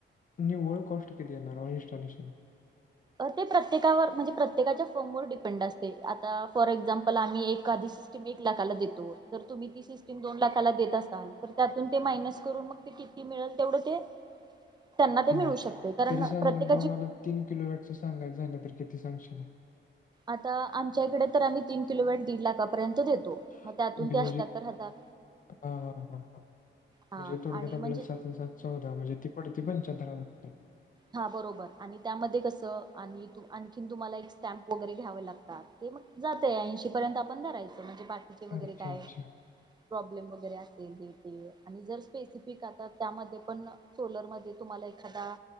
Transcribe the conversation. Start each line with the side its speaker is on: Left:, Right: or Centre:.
Left: निव्वळ कॉस्ट किती येणार? All installation?
Right: ते प्रत्येकावर म्हणजे प्रत्येकाच्या फोमवर डिपेंड असतय आ आता फॉर एक्झा्पल आम्ही एखादी एक लाखाला देतो, जर तुम्ही तीस स्टीम दोन लाखाला देत असाल तर त्यातून ते मायनस करून मग ते किती मिळेल तेवढं ते त्यांना ते
Left: हम्म.
Right: मिळू शकते, कारण
Left: तरी साधारणपणे
Right: प्रत्येकाची
Left: मला तीन किलो वेटचं सांगयच झालं तर, किती सांगशीलय?
Right: आता आमच्या इकडे तर, आम्ही तीन किलोमीटर दीड लाखापर्यंत देतो
Left: <unintelligible> हा
Right: मग त्यातून ते अठ्याहत्तर हजार
Left: हा हा हा
Right: हा
Left: म्हणजे थोडक्यात
Right: आणि
Left: आपल्याला
Right: म्हणजे
Left: सात सात चौदा म्हणजे ती पडते पंचाहत्तर हजारात.
Right: हा बरोबर, आणि त्यामध्ये कसं आणि आणखीन तुम्हाला एक स्टॅम्प वगैरे घ्यावे लागतात ते मग जातय, ऐंशी पर्यंत आपण धरायचं म्हणजे वगैरे
Left: अच्छा
Right: काय
Left: अच्छा
Right: प्रॉब्लेम वगैरे असेल की. ते आणि जर स्पेसिफिक आता, त्यामध्ये पण सोलरमध्ये तुम्हाला एखादा